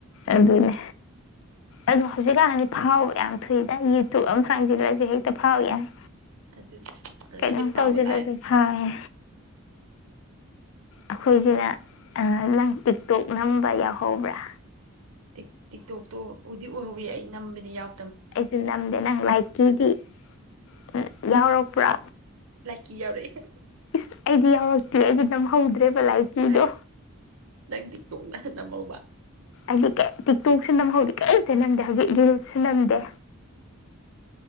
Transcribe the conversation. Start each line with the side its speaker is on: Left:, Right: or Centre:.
Left: ꯑꯗꯨꯅꯦ ꯑꯗꯣ ꯍꯧꯖꯤꯛꯀꯥꯟꯗꯤ ꯐꯥꯎꯕ ꯌꯥꯝ ꯊꯨꯏꯗ ꯌꯨꯇ꯭ꯌꯨꯕ ꯑꯃ ꯐꯪꯁꯤꯜꯂꯁꯨ ꯍꯦꯛꯇ ꯐꯥꯎ ꯌꯥꯅꯤ
Right: ꯑꯗꯨꯅꯤ ꯍꯧꯖꯤꯛꯀꯥꯟꯗꯤ
Left: ꯀꯩꯅꯣꯝ
Right: ꯐꯥꯎꯕ
Left: ꯇꯧꯁꯤ
Right: ꯂꯥꯏꯔꯦ
Left: ꯇꯧꯁꯨ ꯐꯥꯏꯦ ꯑꯩꯈꯣꯏꯒꯤꯅ ꯂꯪ ꯄꯤꯛꯇꯣꯛ ꯅꯝꯕ ꯌꯥꯎꯍꯧꯕ꯭ꯔꯥ
Right: ꯇ ꯇꯤꯛꯇꯣꯛꯇꯣ ꯎꯗꯤ ꯑꯣꯏꯍꯧꯒꯦ ꯑꯩ ꯅꯝꯕꯗꯤ ꯌꯥꯎ
Left: ꯑꯩꯁꯨ ꯅꯝꯗꯦ ꯅꯪ ꯂꯥꯏꯛꯀꯤꯗꯤ ꯎ ꯌꯥꯎꯔꯛꯄ꯭ꯔꯥ
Right: ꯂꯥꯏꯀꯤ ꯌꯥꯎꯔꯛꯑꯦ
Left: ꯏꯁ ꯑꯩꯗꯤ ꯌꯥꯎꯔꯛꯇꯦ ꯑꯩꯗꯤ ꯅꯝꯍꯧꯗ꯭ꯔꯦꯕ ꯂꯥꯏꯆꯤꯗꯣ
Right: ꯂꯥꯏ ꯅꯪ ꯇꯤꯛꯇꯣꯛꯅ ꯅꯝꯍꯧꯕ
Left: ꯑꯩꯗꯤ ꯀꯩ ꯇꯤꯛꯇꯣꯛꯁꯨ ꯅꯝꯍꯧꯗꯦ ꯀꯔꯤꯝꯇ ꯅꯝꯗꯦ ꯍꯧꯖꯤꯛ ꯏꯨꯁꯨ ꯅꯝꯗꯦ